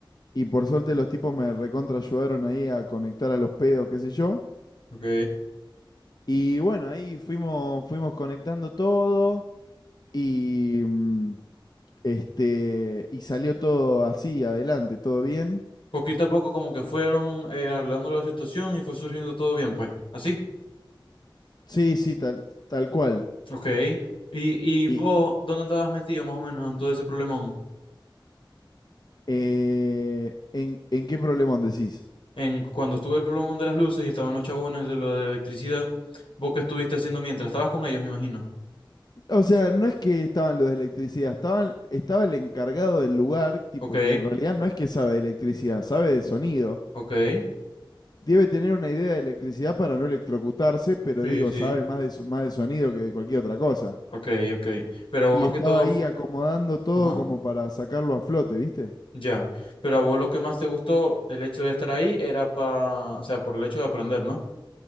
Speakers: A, on the left; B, on the left.
A: y por suerte los tipos me recontra ayudaron ahí a conectar a los pedos, qué sé yo.
B: Ok.
A: Y bueno, ahí fuimos, fuimos conectando todo. Y, mm, este, y salió todo así, adelante, todo bien.
B: Poquito a poco como que fueron eh, arreglando la situación y fue surgiendo todo bien, pues. Así.
A: Sí, sí, tal, tal cual.
B: Ok. ¿Y, y vos,
A: ¿Y
B: dónde andabas metido más o menos en todo ese problemón?
A: eh, ¿en, en qué problemón decís?
B: En cuando estuve el problemón de las luces y estaban los chabones de lo de la electricidad, ¿vos qué estuviste haciendo mientras? Estabas con ellos, me imagino.
A: O sea, no es que estaban los de electricidad, estaban, estaba el encargado del lugar, tipo
B: Ok,
A: que en realidad no es que sabe de electricidad, sabe de sonido.
B: ok.
A: Debe tener una idea de electricidad para no electrocutarse, pero
B: Sí,
A: digo,
B: sí.
A: sabe más de, so- más de sonido que de cualquier otra cosa.
B: Ok, ok. Pero vos
A: Y
B: más
A: estaba
B: que todo
A: ahí acomodando todo
B: Ajá,
A: como para sacarlo a flote, ¿viste?
B: ya. Pero a vos lo que más te gustó, el hecho de estar ahí, era para, o sea, por el hecho de aprender, ¿no?